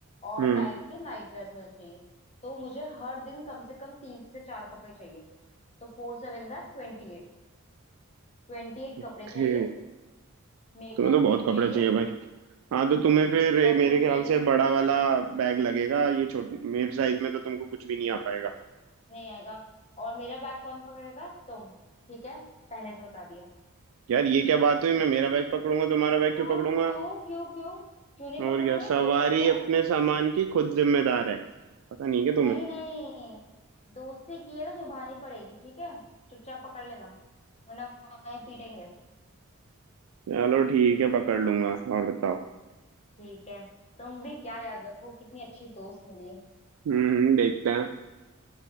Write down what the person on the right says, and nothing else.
हम्म
ओके
तुम्हें तो बहुत
कपड़े
चाहिए भाई हाँ तो तुम्हें फिर ये
मेरे ख्याल
से बड़ा वाला बैग लगेगा ये छोटे मेरे साइज में तो तुमको कुछ भी नहीं आ पाएगा
यार ये क्या बात हुई मैं मेरा बैग पकड़ूंगा तुम्हारा बैग
क्यों पकड़ूंगा
और क्या सवारी
अपने सामान की खुद जिम्मेदार है पता नहीं क्या तुम्हें
चलो ठीक है पकड़ लूंगा और बताओ
हम्म हम्म, देखते हैं